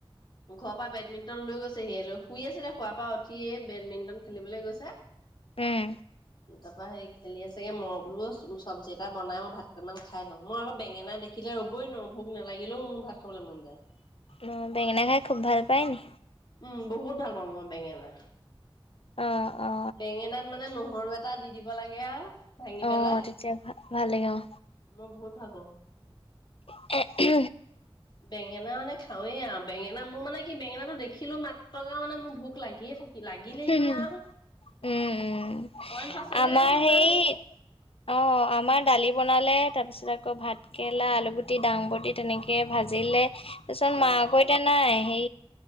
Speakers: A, on the left; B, on the left.
A: ঘৰৰ পৰা বেডমিণ্টন লৈ গৈছে সি লৈ শুই আছে দে খোৱাৰ পৰা উঠিয়ে বেডমিণ্টন খেলিবলৈ গৈছে
B: উম
A: ত প খেলি আ চাগে মলো চব্ি এটা বাই মই ভাতকেইটান খাই লওঁ মই আৌ বেঙেনা দেখিলে ৰ'বই নোৱাৰো ভোক নালাগিলেও মোক ভাত খাবলৈ মন যায়।
B: অ বেঙেনা খাই খুব ভাল পায়নি
A: উম বহুত ভাল পাওঁ মই বেঙেনা
B: অ অ
A: বেঙেনাত মানে ন গৰু এটা দি দিব লাগে আৰু ভাঙি
B: অ
A: পেলাই
B: তেতিয়া ভ ভাল লাগে অ
A: মই বহুত ভাল পাওঁ
B: উ উ
A: বেঙেনা মানে খাওৱে আৰু বেঙেনা মোৰ মানে কি বেঙেনাটো দেখিলো মাত্ৰকা মানে মোৰ ভোক লাগিয়ে থাকে লাগিলেই
B: উম
A: নহ আৰু
B: উম
A: অইন পাচলি
B: আমাৰ
A: য মোৰ ইমান
B: সেই
A: হেৰি
B: অ আমাৰ দালি বনালে তাৰপিছত আকৌ ভাতকেৰেলা আলুগুটি দাংবটি তেনেকৈ ভাজিলে তাৰপিছত ম
A: অ
B: আকৌ এতিয়া নাই হে